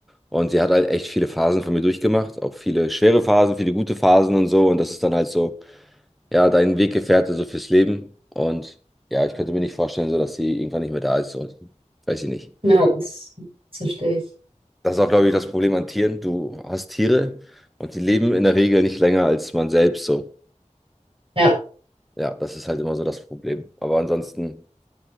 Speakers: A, in the centre; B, on the right.
A: Und sie hat halt echt viele Phasen von mir durchgemacht, auch viele schwere Phasen, viele gute Phasen und so. Und das ist dann halt so, ja, dein Weggefährte so fürs Leben. Und ja, ich könnte mir nicht vorstellen, so dass sie irgendwann nicht mehr da ist. So, weiß ich nicht.
B: Ja, das, das verstehe ich.
A: Das ist auch, glaube ich, das Problem an Tieren. Du hast Tiere und die leben in der Regel nicht länger als man selbst so.
B: Ja.
A: Ja, das ist halt immer so das Problem. Aber ansonsten,